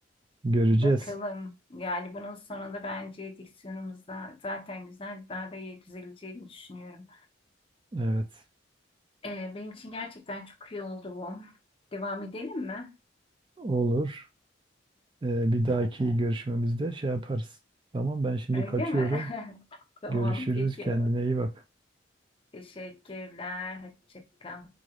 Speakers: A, on the right; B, on the left.
A: göreceğiz.
B: Bakalım. Yani bunun sonunda bence diksiyonumuz da zaten güzel. Daha da iyi düzeleceğini düşünüyorum.
A: Evet.
B: Ee, benim için gerçekten çok iyi oldu bu. Devam edelim mi?
A: Olur. Ee, bir dahaki görüşmemizde şey yaparız. Tamam ben şimdi
B: Öyle
A: kaçıyorum.
B: mi? <laughs> Tamam,
A: Görüşürüz.
B: peki.
A: Kendine iyi bak.
B: Teşekkürler. Hoşça kal.